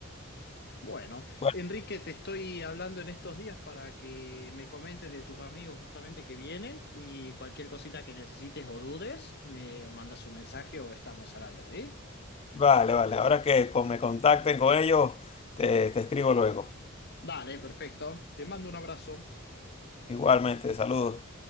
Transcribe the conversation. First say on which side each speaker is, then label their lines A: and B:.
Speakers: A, on the left; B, on the left.
A: Bueno,
B: Bueno,
A: Enrique, te estoy hablando en estos días para que me comentes de tus amigos justamente que vienen y cualquier cosita que necesites o dudes, me mandas un mensaje o estamos al habla, ¿sí?
B: Vale, vale. Ahora que con- me contacten con ellos, te, te escribo luego.
A: Dale, perfecto. Te mando un abrazo.
B: Igualmente, saludos.